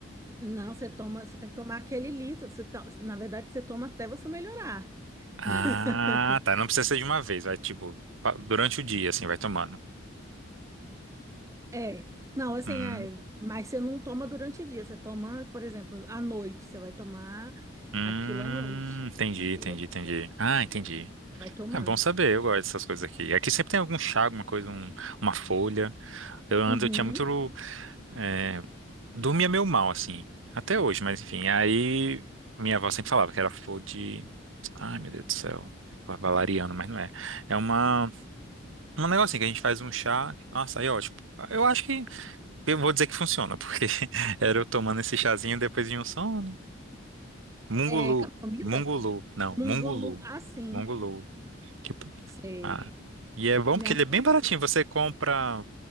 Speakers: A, on the right; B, on the right.
A: Não, você toma, você tem que tomar aquele litro. Você to- na verdade, você toma até você melhorar.
B: Ah,
A: <laughs>
B: tá. Não precisa ser de uma vez, vai tipo pa- durante o dia, assim, vai tomando.
A: É. Não, assim,
B: Hum,
A: é, mas você não toma durante o dia, você toma, por exemplo, à noite, você vai tomar
B: hum,
A: aquilo à noite
B: entendi,
A: inteiro,
B: entendi, entendi. Ah, entendi.
A: entendeu? Você vai tomando.
B: É bom saber, eu gosto dessas coisas aqui. Aqui sempre tem algum chá, alguma coisa, um- uma folha. Eu ando,
A: Uhum.
B: eu tinha muito. É, dormia meio mal, assim. Até hoje, mas enfim. Aí minha avó sempre falava que era flor de. Ai, meu Deus do céu. Valeriana, mas não é. É uma, um negocinho que a gente faz um chá. Nossa, aí é ótimo. Eu acho que. Eu vou dizer que funciona, porque <laughs> era eu tomando esse chazinho depois de um sono. Mungulu.
A: É camomila?
B: Mungulu. Não,
A: Mungulu,
B: mungulu.
A: ah, sim,
B: Mungulu. tipo,
A: sei.
B: Ah, e é bom
A: Minha
B: porque ele
A: mãe
B: é bem
A: toma
B: baratinho.
A: isso.
B: Você compra,